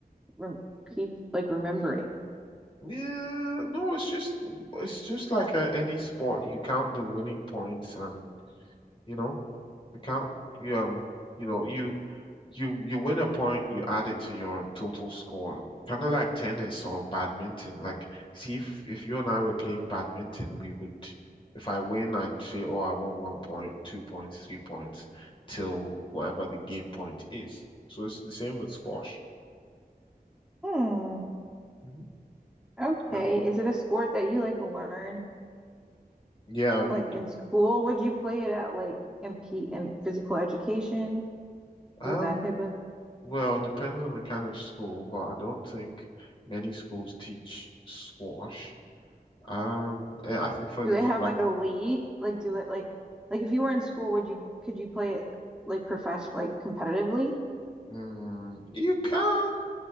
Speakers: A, in the centre; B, on the left.
A: rem keep like remembering.
B: yeah, no, it's just it's just like a, any sport. You count the winning points and you know You count, you um you know you you you win a point, you add it to your total score. Kind of like tennis or badminton. Like see if if you and I were playing badminton, we would if I win, I'd say, oh, I won one point, two points, three points, till whatever the game point is. So it's the same with squash.
A: Hmm.
B: hmm
A: Okay.
B: Um,
A: Is it a sport that you like learn
B: yeah, you
A: like in school? Would you play it at like in P in physical education?
B: um
A: Is it that type of
B: well, depends on the kind of school, but I don't think many schools teach squash. Um, eh, I think for
A: Do
B: the
A: they have
B: like,
A: like a league? Like do that like like if you were in school, would you could you play it like profession like competitively?
B: mm, you can.